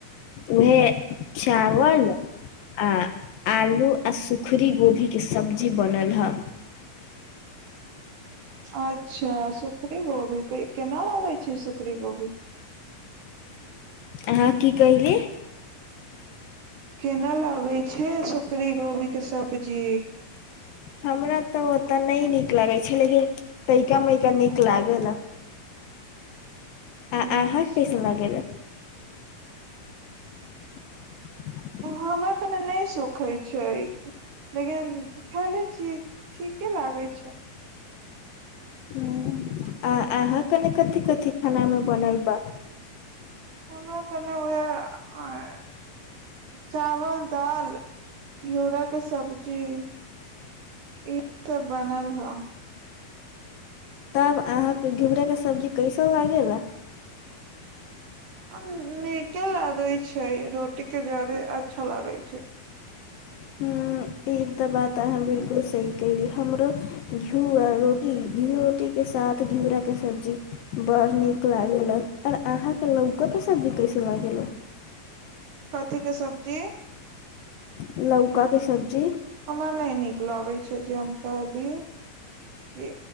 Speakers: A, on the left; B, on the right.
A: उएहे। चावल आ आलू आ सूखरी गोभी के सब्जी बनल हँ।
B: अच्छा सूखरी गोभी के केना होय छै सूखरी गोभी।
A: आहाँ की कैहली?
B: केना लागै छै सुखरी गोभी के सब्जी?
A: हमरा तऽ ओतऽ नै नीक लागै छै लेकिन तैइका मइका नीक लागेला। आ
B: अच्छा
A: आहाँ के कैसन लागेला? <unintelligible>
B: हमरा कनि नै सुखै छै लेकिन खेने छीयै। ठीके लागेै छै।
A: हूँ आ आहाँ कनि कथि- कथि खाना मे बनल बा?
B: ओ कने ओहे आय। चावल दाल घिउरा के सब्जी- ई सब बनल ह
A: तब आहाँके घिउरा के सब्जी- कैसन लागेेला?
B: आ नीके लागेै छै रोटी के जड़े अच्छा लागेै छै।
A: हूँ ई तऽ बात आहाँ बिल्कुल सही कैहली हमरो- घिउ आ रोटी घिउ रोटी के साथ घिउरा के सब्जी। बड़ नीक लागेला आर आहाँके लौका के सब्जी कैसन लागेला?
B: कथि के सब्जी?
A: लौका के सब्जी-
B: हमरा नै निक लगै छै जे हम कहली कि